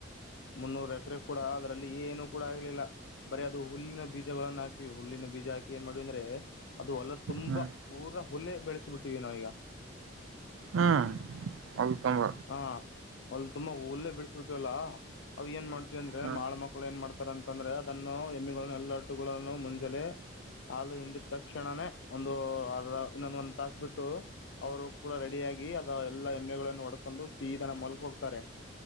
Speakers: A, on the left (about 70°); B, on the right (about 85°).
A: ಮುನ್ನೂರ ಎಕರೆ ಕೂಡ ಅದರಲ್ಲಿ ಏನುೂ ಕೂಡ ಆಗ್ಲಿಲ್ಲ ಬರೀ ಅದು ಹುಲ್ಲಿನ ಬೀಜಗಳಗಳನ್ನು ಹಾಕಿವಿ ಹುಲ್ಲಿನ ಬೀಜ ಹಾಕಿ ಏನ್ ಮಾಡ್ಿವವಿ ಅಂದ್ರೆ ಅದು ಹೊಲ್ಲ ತುಂಬಾ
B: ಹ್ಮ್
A: ಪೂರಾ ಹುಲ್ಲ ಬೆಳೆಸಿಬಿಟ್ಟಿವವಿ ನಾವೀಗ.
B: ಹ್ಮ್ ಅದು ತಂಬ
A: ಹ ಅಲ್ ತುಂಬಾ ಹಲ್ಲೇ ಬಿಡಿಸಬಿಟ್ಟುಲ್ಲ ಅ ಏನ್ ಮಾಡ್ತೀವಿ ಅಂದ್ರೆ
B: ಹ್ಮ್
A: ಮಾಡಳ ಮಕ್ಕಳು ಏನ್ ಮಾಡ್ತಾರ ಅಂತಂದ್ರೆ ಅದನ್ನು ಎಮ್ಮೆಗಳನ್ನು ಎಲ್ಲಾ ಹಟ್ಟುಗಳನ್ನು ಮುಂಜಾಲೆ ಹಾಲು ಹಿಂಡಿದ ತಕ್ಷಣನೇ ಒಂದು ಅರ್ಧ ಇನ್ನೊಂದ ಒಂದ್ ತಾಸ ಬಿಟ್ಟು ಅವರು ಕೂಡ ರೆಡಿಯಾಗಿಿ ಅದ ಎಲ್ಲಾ ಎಮ್ಮೆಗಳನ್ನು ಒಡ. ಬಂದು ಸೀದ ಹೊಲಕ್ಕೆ ಹೋಗ್ತಾರೆ.